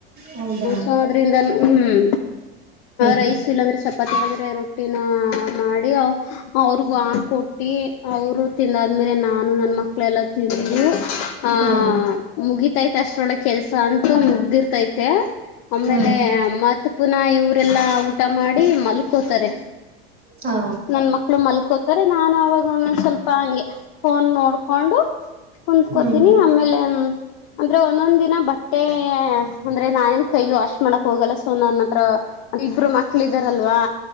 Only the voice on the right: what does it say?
ಹೌದಾ
ಹ್ಮ್
ಹ್ಮ್
ಹ್ಮ್
ಹಾ
ಹ್ಮ್